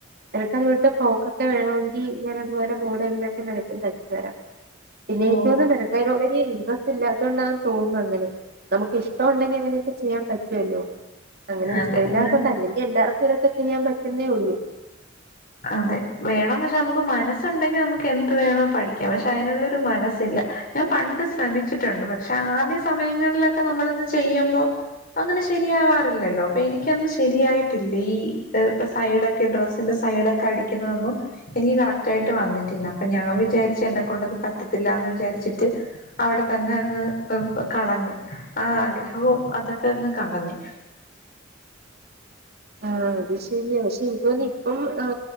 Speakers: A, on the right; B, on the left.
A: നിനക്കതു പോലത്തെ ഫ്രോക്ക ഒക്കെ വേണോങ്കി ഞാൻ അതുപോലെ മോഡലിലാക്കി നിനക്കും തച്ചുതരാം പിന്നെ
B: ഓ
A: എനിക്ക് തോന്ന നിനക്ക അതിനോട് ഇൻട്രസ്റ്റ് ഇല്ലാത്തുകൊണ്ടാാണ് തോന്നുന്നു അങ്ങനെ നമുക്ക് ഇഷ്ടം ഉണ്ടെങ്കിൽ അങ്ങനെയൊക്കെ ചെയ്യാൻ പറ്റുവല്ലോ അങ്ങനെ
B: അതെ
A: ഇഷ്ടമല്ലാത്തൊണ്ടല്ലല്ലോ
B: ഞാൻ
A: എല്ലാർക്കും ഇതൊക്കെ ചെയ്യാൻ പറ്റുന്നേ ഉള്ളൂ
B: അതെ വേണന്ന് വച്ചാ നമുക്ക് മനസ്സുണ്ടെങ്കിൽ നമുക്ക് എന്ത് വേണോ പഠിക്കാം പക്ഷെ അതിനുള്ളരു മനസ്സില്ല ഞാൻ പണ്ട് ശ്രമിച്ചിട്ടുണ്ട് പക്ഷെ ആദ്യ സമയങ്ങളിലൊക്കെ നമ്മൾ ഇത് ചെയ്യുമ്പോ അങ്ങനെ ശരിയാവാറില്ലല്ലോ അപ്പൊ എനിക്കന്നു ശരിയായിട്ടില്ല ഈ ഇപ്പൊ സൈഡൊക്കെ ഡ്രസ്സിന്റെ സൈഡൊക്കെ അടിക്കുന്നതൊന്നും എനിക്ക് കറക്റ്റ് ആയിട്ട് വന്നിട്ടില്ല അപ്പൊ ഞാൻ വിചാരിച്ചു എന്നെ കൊണ്ടത് പറ്റത്തില്ല എന്ന് വിചാരിച്ചിട്ട് അവിടെ തന്നെ അങ്ങ് കളഞ്ഞ് ആ ആഗ്രഹവും അതൊക്കെ അങ്ങ് കളഞ്ഞ്
A: ആഹ് അത് ശരിയാ പക്ഷെ ഇപ്പം ആ